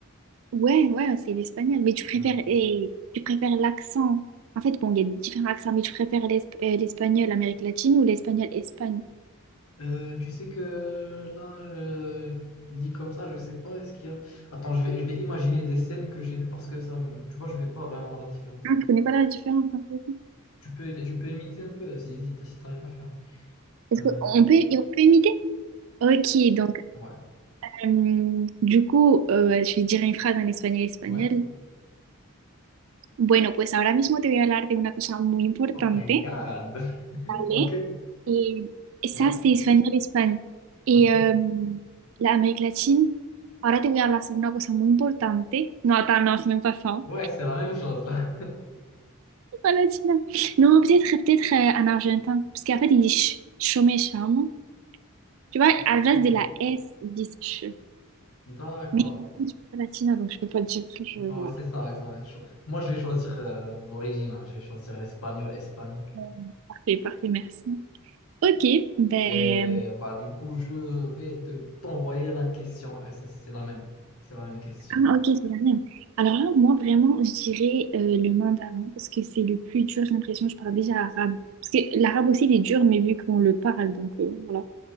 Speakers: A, on the right; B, on the left.
A: Ouais, ouais, c'est l'espagnol. Mais tu préfères,
B: Ouais.
A: et, tu préfères l'accent. En fait, bon, il y a différents accents, mais tu préfères l'esp- euh, l'espagnol Amérique latine ou l'espagnol Espagne?
B: Euh, tu sais que là, euh, dit comme ça, je sais pas, est-ce qu'il y a... Attends, je vais, je vais imaginer des scènes que j'ai vues parce que ça, me- tu vois, je ne fais pas vraiment la différence.
A: Ah, tu connais pas la différence en fait.
B: Tu peux, tu peux imiter un peu si, si, si t'arrives à le faire.
A: Est-ce
B: Euh,
A: qu'on peut, on peut imiter? Ok, donc,
B: ouais,
A: euh, du coup, euh, je vais dire une phrase en espagnol espagnol.
B: ouais.
A: Bueno, pues ahora mismo te voy a hablar de una cosa muy importante,
B: Oh my God. <laughs>
A: ¿vale?
B: Ok,
A: Et, et ça,
B: ouais,
A: c'était Espagnol, España. Y
B: ok.
A: em, la América Latina, ahora te voy a hablar sobre una cosa muy importante. No, attends, non, c'est même pas fin.
B: Ouais, c'est la même chose là.
A: Pas la Chine. Non, peut-être peut-être euh, en argentin. Parce qu'en fait, ils disent ch chômé charmant. Tu vois,
B: <laughs>
A: à la place
B: Ok,
A: de la S, ils disent ch.
B: d'accord.
A: Mais je suis pas latina, donc je peux pas te dire. Je...
B: Bon,
A: ouais.
B: c'est ça, ouais, ça va être chaud. Moi, je vais choisir euh, l'original, je vais choisir l'espagnol, espagnol.
A: Euh, Parfait, parfait, merci. Ok, ben,
B: Et bah, du coup, je vais te t'envoyer la question. Et C'est c'est la même, c'est la même question.
A: Ah, ok, c'est la même. Alors là, moi, vraiment, je dirais euh, le mandarin parce que c'est le plus dur, j'ai l'impression. Je parle déjà arabe. Parce que l'arabe aussi, il est dur, mais vu qu'on le parle, donc euh, voilà.